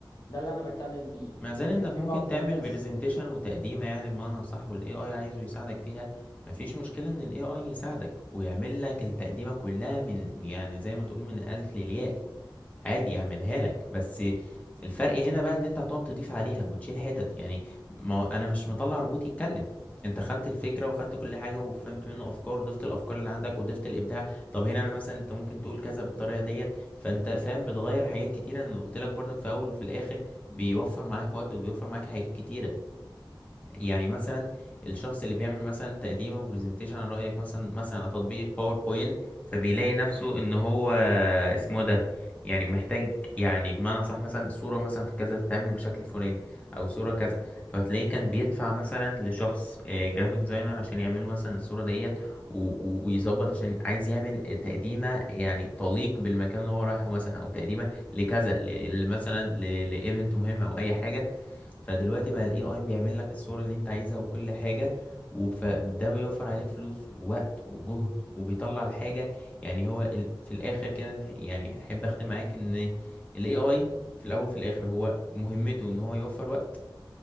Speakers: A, on the left; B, on the left.
A: ده اللي انا بتكلم فيه
B: ما زال انك
A: ان في
B: ممكن
A: بعض
B: تعمل
A: الناس
B: برزنتيشن وتقديمه يعني بمعنى صح والاي اي عايزه يساعدك فيها مفيش مشكله ان الاي اي يساعدك ويعمل لك التقديمه كلها من يعني زي ما تقول من الالف للياء عادي يعملها لك بس الفرق هنا بقى ان انت هتقعد تضيف عليها وتشيل حتت يعني ما انا مش مطلع روبوت يتكلم انت خدت الفكره وخدت كل حاجه وفهمت منه افكار وضفت الافكار اللي عندك وضفت الابداع طب هنا انا مثلا انت ممكن تقول كذا بالطريقه ديت فانت فاهم بتغير حاجات كتيره انا قلت لك برضك في اول وفي الاخر بيوفر معاك وقت وبيوفر معاك حاجات كتيرة يعني مثلا الشخص اللي بيعمل مثلا تقديمه وبرزنتيشن عن رأيك مثلا مثلا على تطبيق الباوربوينت فبيلاقي نفسه ان هو اسمه إيه ده يعني محتاج يعني بمعنى صح مثلا صورة مثلا في كذا تتعمل بشكل فلاني او صورة كذا فتلاقيه كان بيدفع مثلا لشخص جرافيك ديزاينر عشان يعمل له مثلا الصورة ديت و- و- ويظبط عشان عايز يعمل تقديمة يعني تليق بالمكان اللي هو رايحه مثلا او تقديمة لكذا ل- ل- مثلا لايفنت مهم او اي حاجة فدلوقتي بقى الاي اي بيعمل لك الصورة اللي انت عايزها وكل حاجة وده بيوفر عليك فلوس ووقت وجهد وبيطلع الحاجة يعني هو ال- في الاخر كده نح- يعني احب اختم معاك ان الاي اي في الاول في الاخر هو مهمته ان هو يوفر وقت